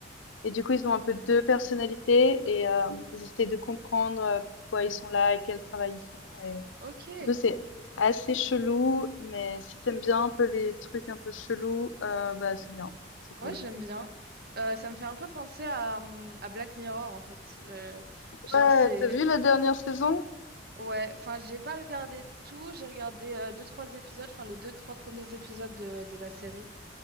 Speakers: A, on the left; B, on the right.
A: Et du coup, ils ont un peu 2 personnalités et hem, ils essaient de comprendre, heu, pourquoi ils sont là et quel travail ils font et
B: Ok.
A: du coup, c'est assez chelou, mais si t'aimes bien un peu les trucs un peu chelous, heu, bah, c'est bien, c'est cool.
B: Ouais, j'aime bien. Euh, ça me fait un peu penser à, hum, à Black Mirror, en fait. Euh, genre,
A: Ouais,
B: c'est...
A: t'as vu la dernière saison?
B: Ouais, enfin, j'ai pas regardé tout. J'ai regardé euh, deux, trois épisodes, enfin, les deux, trois premiers épisodes de, de la série.